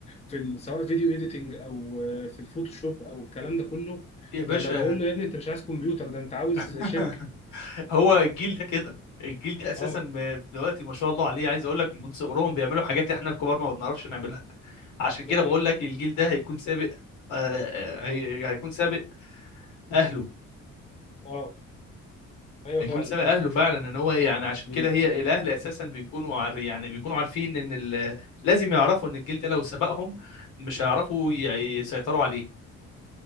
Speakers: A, on the left (about 20°); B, on the left (about 80°).
A: في ال- سواء فيديو اديتنج او آه، في الفوتوشوب او الكلام ده كله
B: يا باشا
A: ده انا بقول له يا ابني انت مش عايز كمبيوتر ده انت عاوز
B: <laughs>
A: شركه
B: هو الجيل ده كده الجيل ده اساسا
A: اه
B: ب- دلوقتي ما شاء الله عليه عايز اقول لك من صغرهم بيعملوا حاجات احنا الكبار ما بنعرفش نعملها عشان كده
A: ده حقيقي
B: بقول لك الجيل ده هيكون سابق آه، آه، هي- هيكون سابق اهله
A: اه ايوه
B: هيكون
A: فعلا
B: سابق اهله فعلا ان هو يعني عشان
A: مم.
B: كده هي الاهل اساسا بيكونوا عار يعني بيكونوا عارفين ان ال... لازم يعرفوا ان الجيل ده لو سبقهم مش هيعرفوا ي- يسيطروا عليه